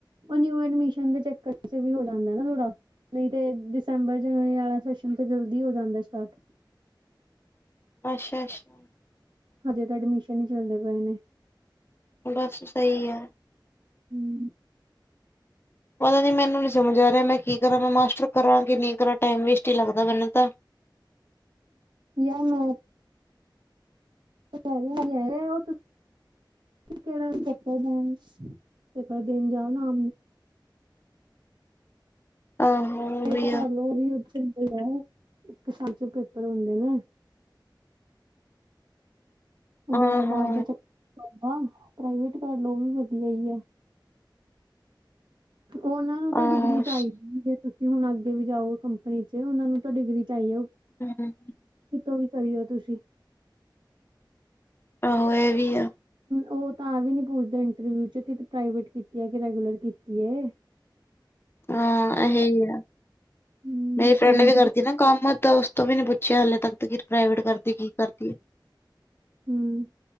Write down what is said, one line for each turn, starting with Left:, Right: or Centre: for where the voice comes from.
Right: ਓ ਨਿਊ ਐਡਮਿਸ਼ਨ ਦੇ ਚੱਕਰ 'ਚ ਵੀ ਹੋ ਜਾਂਦਾ ਨਾ ਥੋੜਾ ਨਈ ਤੇ ਦਸੰਬਰ ਜਨਵਰੀ ਵਾਲਾ ਸੈਸ਼ਨ ਤਾਂ ਜਲਦੀ ਹੋ ਜਾਂਦਾ ਸਟਾਰਟ
Left: ਅੱਛਾ-ਅੱਛਾ
Right: ਹਜੇ ਤਾਂ ਐਡਮਿਸ਼ਨ ਹੀ ਚੱਲਦੇ ਪਏ ਨੇ।
Left: ਵੈਸੇ ਸਹੀ ਐ।
Right: ਹੂੰ
Left: ਪਤਾ ਨੀ ਮੈਨੂੰ ਨੀ ਸਮਝ ਆ ਰਿਆ ਮੈਂ ਕੀ ਕਰਾਂ ਮੈਂ ਮਾਸਟਰ ਕਰਾਂ ਕੀ ਨਈ ਕਰਾਂ ਟਾਈਮ ਵੇਸਟ ਹੀ ਲੱਗਦਾ ਮੈਨੂੰ ਤਾਂ
Right: ਯਾਰ ਮੈਂ <inaudible> ਕਿਹੜਾ ਚੱਕਰ ਦੇਨ ਪੇਪਰ ਦੇਨ ਜਾਓ ਨਾ
Left: ਆਹੋ ਉਹ
Right: ਵੇਟ
Left: ਵੀ
Right: ਕਰਲੋ
Left: ਆ
Right: <unintelligible> ਇੱਕ ਸਾਲ 'ਚ ਪੇਪਰ ਹੁੰਦੇ ਨੇ। ਓਹ ਬਾਰ-ਬਾਰ
Left: ਆਹੋ
Right: ਦਾ ਚੱਕਰ ਤੁਆਡਾ ਪ੍ਰਾਈਵੇਟ ਕਰ ਲੋ ਓਹ ਵੀ ਵਧੀਆ ਈ ਆ। ਓਹਨਾਂ ਤਾਂ
Left: ਆਹੋ
Right: ਡਿਗਰੀ ਚਾਹੀਦੀ ਏ। ਤੁਸੀਂ ਹੁਨ ਅੱਗੇ ਵੀ ਜਾਓ ਕੰਪਨੀ 'ਚ ਓਹਨਾਂ ਨੂੰ ਤਾਂ ਡਿਗਰੀ ਚਾਹੀਏ
Left: ਹਮ,
Right: ਕਿਤੋਂ ਵੀ ਕਰੀਓ ਤੁਸੀਂ
Left: ਆਹੋ ਇਹ ਵੀ ਆ
Right: ਓ ਤਾਂ ਆ ਵੀ ਨੀ ਪੁੱਛਦੇ ਇੰਟਰਵਿਊ 'ਚ ਕਿ ਪ੍ਰਵੇਟ ਕੀਤੀ ਏ ਕਿ ਰੈਗੂਲਰ ਕੀਤੀ ਏ।
Left: ਹਾਂ ਇਹੀ ਏ
Right: ਹੂੰ
Left: ਮੇਰੀ ਫਰੈਂਡ
Right: ਐਮ
Left: ਵੀ ਕਰਦੀ ਨਾ ਕੰਮ ਤੋਸ ਤੋਂ ਵੀ ਨੀ ਪੁੱਛਿਆ ਹਾਲੇ ਤੱਕ ਕੀ ਪ੍ਰਾਈਵੇਟ ਕਰਦੀ ਕੀ ਕਰਦੀ ਏ।
Right: ਹੂੰ